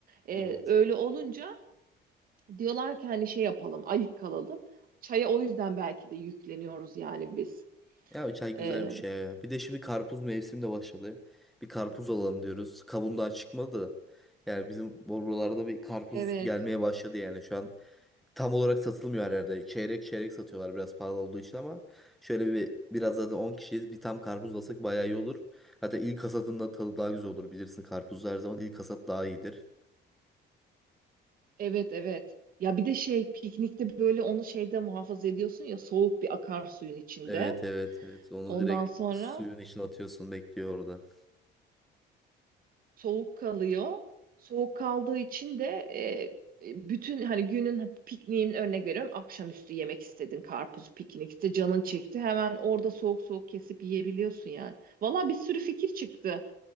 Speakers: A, on the right; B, in the centre.
A: E,
B: Evet.
A: öyle olunca Diyorlar ki hani şey yapalım, ayık kalalım. Çaya o yüzden belki de yükleniyoruz yani biz.
B: Ya çay güzel
A: Ee,
B: bir şey ya. Bir de şimdi karpuz mevsimi de başladı. Bir karpuz alalım diyoruz. Kabuğundan çıkmadı da. Yani bizim buralarda bir karpuz
A: evet,
B: gelmeye başladı yani şu an. tam olarak satılmıyor her yerde. Çeyrek çeyrek satıyorlar biraz pahalı olduğu için ama şöyle bir biraz zaten 10 kişiyiz. Bir tam karpuz alsak bayağı iyi olur. Hatta ilk hasatında tadı daha güzel olur bilirsin. Karpuzda her zaman ilk hasat daha iyidir.
A: evet, evet. Ya bir de şey piknikte böyle onu şeyde muhafaza ediyorsun ya soğuk bir akarsuyun içinde.
B: Evet evet evet. Onu
A: Ondan
B: direkt
A: sonra
B: suyun içine atıyorsun bekliyor orada.
A: soğuk kalıyor. Soğuk kaldığı için de e, bütün hani günün pikniğin örnek veriyorum akşamüstü yemek istedin karpuzu piknikte canın çekti hemen orada soğuk soğuk kesip yiyebiliyorsun yani. Valla bir sürü fikir çıktı.